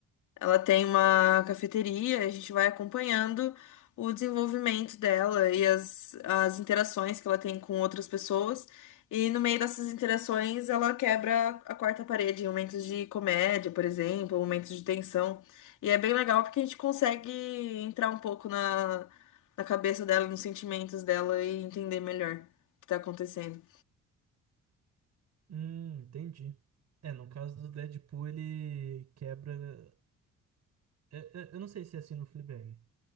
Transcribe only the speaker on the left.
Ela tem uma cafeteria, a gente vai acompanhando o desenvolvimento dela e as, as interações que ela tem com outras pessoas. E no meio dessas interações, ela quebra a quarta parede em momentos de comédia, por exemplo, momentos de tensão. E é bem legal porque a gente consegue entrar um pouco na, na cabeça dela, nos sentimentos dela e entender melhor o que está acontecendo.